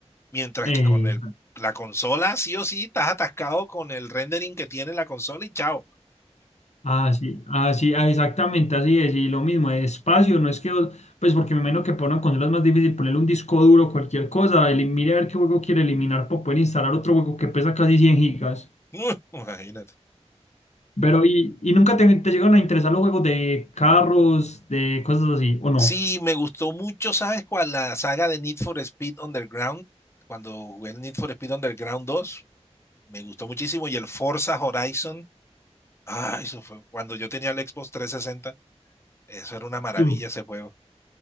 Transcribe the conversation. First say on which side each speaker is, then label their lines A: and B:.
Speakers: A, on the left; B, on the left.
A: Mientras
B: eh,
A: que con el, la consola, sí o sí, estás atascado con el rendering que tiene la consola y chao.
B: así, así, ah, sí, ah, exactamente, así es. Y lo mismo, de espacio, no es que, vos- pues porque me imagino que para una consola es más difícil ponerle un disco duro, cualquier cosa, elim- mire a ver qué juego quiere eliminar para poder instalar otro juego que pesa casi 100 gigas.
A: <laughs> Imagínate.
B: Pero, ¿y, y nunca te, te llegan a interesar los juegos de carros, de cosas así, o no?
A: Sí, me gustó mucho, ¿sabes cuál? La saga de Need for Speed Underground. Cuando jugué el Need for Speed Underground 2, me gustó muchísimo. Y el Forza Horizon Ah, eso fue cuando yo tenía el Xbox 360. Eso era una maravilla
B: Tú.
A: ese juego.